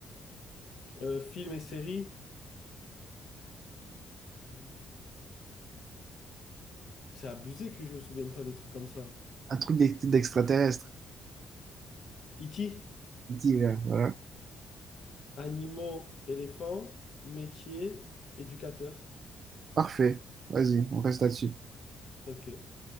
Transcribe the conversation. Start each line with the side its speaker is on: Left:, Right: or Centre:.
Left: Euh, film et série. Hum, C'est abusé que je me souvienne pas de trucs comme ça.
Right: Un truc d'ex- d'extraterrestre.
Left: Iti.
Right: Divers, voilà.
Left: Animaux, éléphants, métier, éducateur.
Right: Parfait. Vas-y, on reste là-dessus.
Left: Ok.